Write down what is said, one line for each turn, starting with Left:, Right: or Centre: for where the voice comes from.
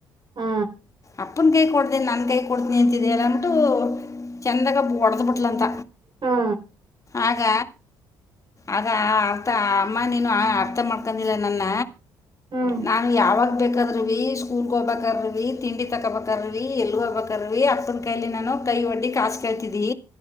Right: ಹಾ
Left: ಅಪ್ಪನ ಕೈ ಕೊಡ್ತೀನಿ ನಾನು ಕೈ ಕೊಡ್ತೀನಿ ಅಂತಿದೆಲ್ಲ ಅನ್ಬಟ್ಟು ಚಂದಾಗಬ್ ಒಡೆದ್ಬಿಟ್ಲಂತ
Right: ಹಾ
Left: ಆಗ ಆಗ ಆ ಅರ್ಥ ಅಮ್ಮ ನೀನು ಆ ಅರ್ಥ ಮಾಡ್ಕೊಂಡಿಲ್ಲ ನನ್ನ
Right: ಹ್ಮ್
Left: ನಾನು ಯಾವಾಗ ಹಬ್ಬೇಕಾದ್ರವಿೀ ಸ್ಕೂಲ್ಗೆ ಹೋಗ್ಬೇಕಾರವಿ ತಿಂಡಿ ತಕೋಬೇಕಾರವಿ ಎಲ್ ಹೋಗ್ಬೇಕಾರವಿೀ ಅಪ್ಪನ ಕೈಯಲಿ ನಾನು ಕೈ ಒಡ್ಡಿ ಕಾಸ ಕೇಳ್ತಿದ್ಿ